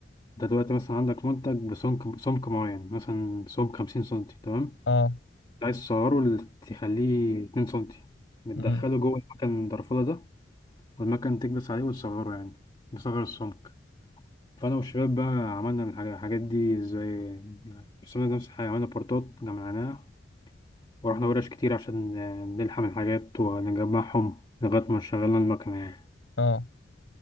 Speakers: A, on the left (about 25°); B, on the left (about 75°).
A: انت دلوقتي مثلا عندك منتج بسمك سمك معين مثلا سمك خمسين سنتي تمام
B: اه
A: عايز تصغره ل- تخليه اتنين سنتي بتدخله
B: امم
A: جوه المكن الدرفولة ده والمكن تكبس عليه وتصغره يعني بصغر السمك فأنا والشباب بقى عملنا الحاجة- الحاجات دي زي رسمنا نفس الحاجة عملنا بورتات جمعناها ورحنا ورش كتير عشان نلحم الحاجات ونجمعهم لغاية ما شغلنا المكنة يعني
B: اه